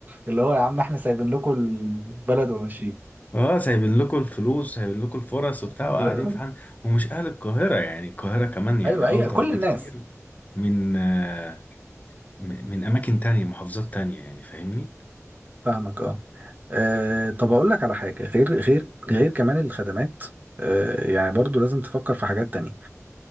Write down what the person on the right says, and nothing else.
اللي هو يا عم إحنا سايبين لكم البلد وماشيين
ب-
أيوه أيوه
كل
الناس
فاهمك أه آه، طب أقول لك على حاجة غير غير غير كمان الخدمات آه، يعني برضو لازم تفكر في حاجات تانية